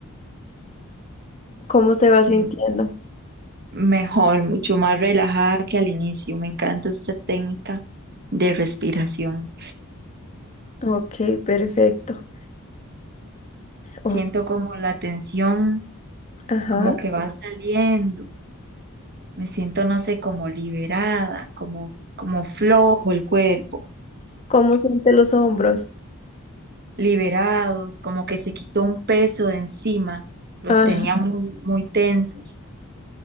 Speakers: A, on the left; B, on the right.
A: cómo se va sintiendo.
B: Me mejor, mucho más relajada que al inicio. Me encanta esta técnica de respiración.
A: Ok, perfecto.
B: Siento
A: O-
B: como la tensión,
A: ajá.
B: como que va saliendo. Me siento, no sé, como liberada, como, como flojo el cuerpo,
A: ¿Cómo siente los hombros?
B: liberados, como que se quitó un peso de encima. Los
A: Ah,
B: tenía muy, muy tensos.